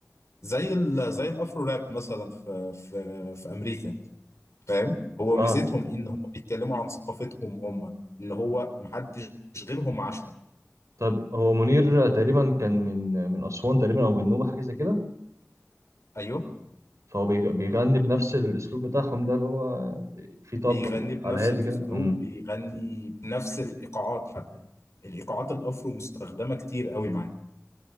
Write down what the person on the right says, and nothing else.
اه
طب هو منير تقريبا كان من من أسوان تقريبا او من النوبة حاجة زي كده
فهو بيغ- بيغني بنفس الاسلوب بتاعهم ده اللي هو في طبل
على هادي
كده امم